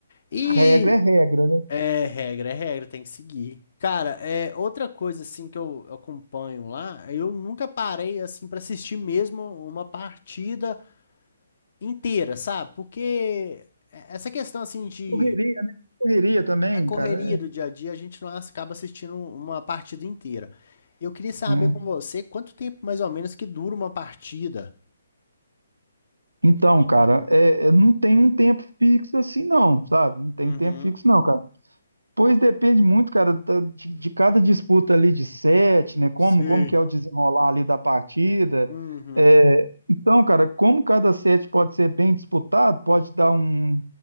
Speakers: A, on the left; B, on the right.
A: E
B: Regra é regra, né?
A: é regra, é regra, tem que seguir. Cara, é outra coisa assim que eu, eu acompanho lá, eu nunca parei assim pra assistir mesmo uma partida inteira, sabe? Porque é, essa questão assim de
B: Correria, né? Correria também,
A: a correria
B: cara. é,
A: do dia a dia, a gente não acaba assistindo uma partida inteira. Eu queria saber
B: né?
A: com você quanto tempo mais ou menos que dura uma partida.
B: Então, cara, é, é, não tem um tempo fixo assim, não, sabe? Não tem
A: Uhum.
B: tempo fixo, não, cara. Pois depende muito, cara, da- de, de cada disputa ali de sete, né? Como,
A: Sei.
B: como que é o desenrolar ali da partida.
A: Uhum,
B: É, então, cara, como cada set pode ser bem disputado, pode dar um,